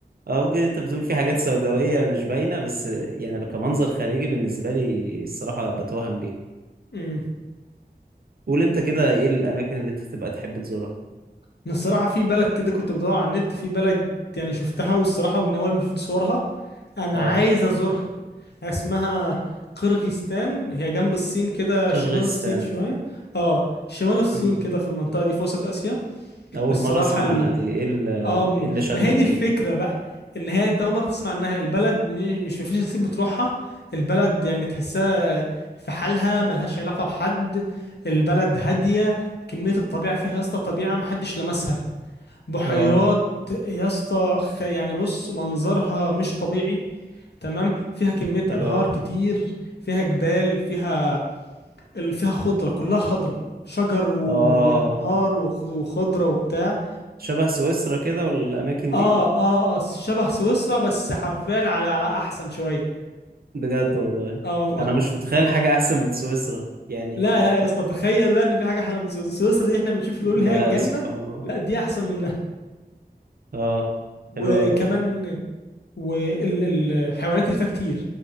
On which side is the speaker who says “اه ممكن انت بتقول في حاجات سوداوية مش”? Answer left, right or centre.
Right